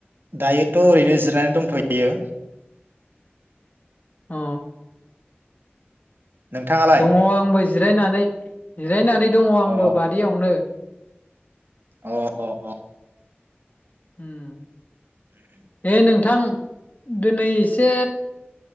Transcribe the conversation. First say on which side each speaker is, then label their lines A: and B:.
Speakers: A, on the right (about 60°); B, on the left (about 40°).
A: दायोथ' ओरैनो जिरायनानै दंथ'यो।
B: अ
A: नोंथाङालाय
B: दङ आंबो जिरायनानै जिरायनानै दङ आंबो
A: अ
B: बारियावनो।
A: अ अ अ
B: ओम बे नोंथां दिनै एसे